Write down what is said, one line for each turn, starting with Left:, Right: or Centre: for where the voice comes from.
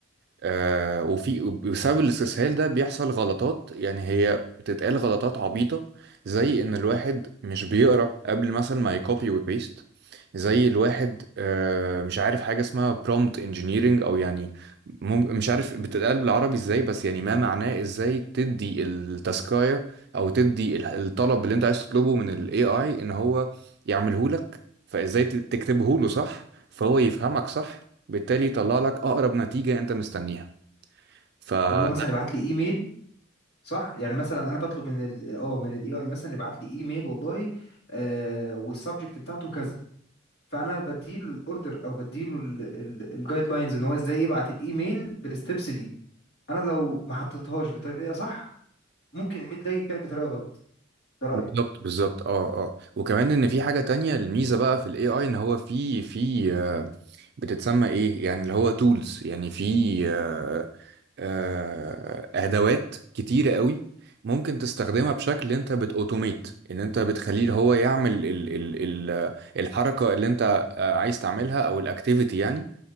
Right: آه وفي بسبب الاستسهال ده بيحصل غلطات يعني هي بتتقال غلطات عبيطة زي إن الواحد مش بيقرأ قبل مثلا ما يكوبي وبيست زي الواحد آه مش عارف حاجة اسمها prompt engineering أو يعني مم- مش عارف بتتقال بالعربي إزاي بس يعني ما معناه إزاي تدي التاسكاية أو تدي ال- الطلب اللي أنت عايز تطلبه من ال AI إن هو يعمله لك فإزاي ت- تكتبه له صح فهو يفهمك صح بالتالي يطلع لك اقرب نتيجه انت مستنيها ف آه،
Left: اللي هو مثلا ابعت لي ايميل صح يعني مثلا انا بطلب من ال اه من الاي اي مثلا يبعت لي ايميل والله آه والسبجكت بتاعته كذا فانا بديله الاوردر او بديله الجايد لاينز ان هو ازاي يبعت الايميل بالستبس دي انا لو ما حطيتهاش بطريقه صح ممكن الايميل ده يتباع بطريقه غلط ده رايك
Right: بالظبط بالظبط اه اه وكمان ان في حاجه تانية الميزه بقى في الاي اي ان هو في في آه، بتتسمى ايه يعني اللي هو تولز يعني في آه، آه، ادوات كتيره قوي ممكن تستخدمها بشكل انت بتاوتوميت ان انت بتخليه هو يعمل ال ال ال الحركه اللي انت آه، عايز تعملها او الاكتيفيتي يعني